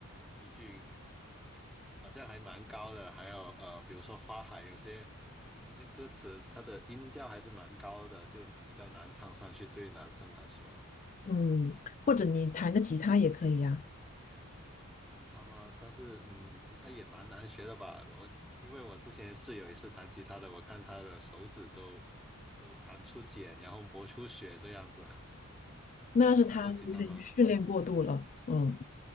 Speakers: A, in the centre; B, on the left.
A: 一句 <laughs> 好像还蛮高的，还有呃，比如说《花海》，有些有些歌词它的音调还是蛮高的，就比较难唱上去，对于男生来说。
B: 嗯，或者你弹个吉他也可以呀、
A: 吉他吗？但是，嗯，吉他也蛮难学的吧？我因为我之前室友也是弹吉他的，我看他的手指都都弹出茧，然后磨出血这样子。<laughs>
B: 那要是他有点训练过度了，
A: 你有弹过吉他吗？
B: 嗯，